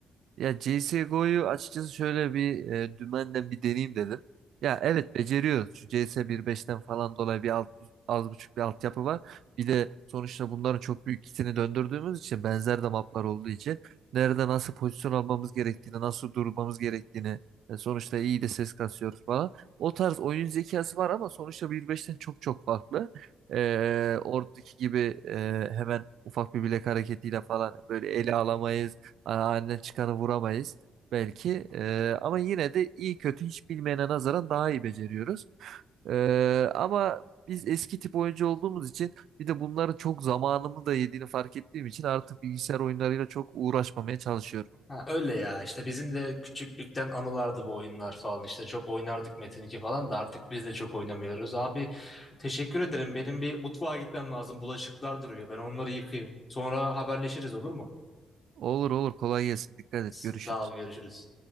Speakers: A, on the right; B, on the left.
A: Ya CSGO'yu açıkçası şöyle bir e, dümenden bir deneyeyim dedim. Ya evet beceriyor. Şu C S bir beşten falan dolayı bir alt, az buçuk bir altyapı var. Bir de sonuçta bunların çok büyük kitini döndürdüğümüz için benzer de maplar olduğu için nerede nasıl pozisyon almamız gerektiğini, nasıl durmamız gerektiğini e, sonuçta iyi de ses kasıyoruz falan. O tarz oyun zekası var ama sonuçta bir beşten çok çok farklı. E, oradaki gibi e, hemen ufak bir bilek hareketiyle falan böyle ele alamayız Aynen çıkanı vuramayız belki. Ee, ama yine de iyi kötü hiç bilmeyene nazaran daha iyi beceriyoruz. Ee, ama biz eski tip oyuncu olduğumuz için bir de bunların çok zamanımı da yediğini fark ettiğim için artık bilgisayar oyunlarıyla çok uğraşmamaya çalışıyorum.
B: Ha, öyle ya işte bizim de küçüklükten anılardı bu oyunlar falan işte çok oynardık Metin 2 falan da artık biz de çok oynamıyoruz. Abi teşekkür ederim benim bir mutfağa gitmem lazım bulaşıklar duruyor ben onları yıkayayım sonra haberleşiriz olur mu?
A: Olur olur kolay gelsin. Dikkat et.
B: S-
A: Görüşürüz.
B: Sağ ol görüşürüz.